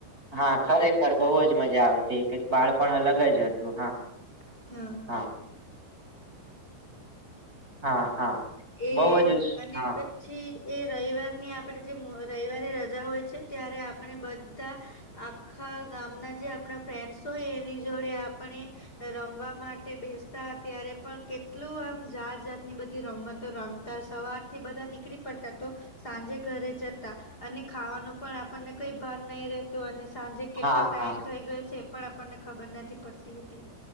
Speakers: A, on the right; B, on the left.
A: હા ખરેખર બહુ જ મજા આવતીક બાળપણ અલગ જ હતું હા
B: <inaudible>
A: હા હા હા
B: એ
A: બહુ જ
B: અને
A: હા
B: <inaudible> <unintelligible> રવિવારની આપણે જે રવિવારે રજા હોય છે ત્યારે આપણે બધા આખા ગામના જે આપણા ફ્રેન્ડસ હોય એની જોડે આપણે- રમવા માટે બેસતા ત્યારે પણ કેટલું આમ જાત જાતની બધી રમત- તો રમતા સવારથી બધા નીકળી પડતા તો- સાંજે ઘરે જતા અને ખાવાનું પણ આપણને કઈ <unintelligible> નહીિ રતો અને સાંજે- કેટલો
A: હા
B: ટાઈમ
A: હા
B: થઈ ગયો છે એ પણ આપણને ખબર નથી પડતી હતી.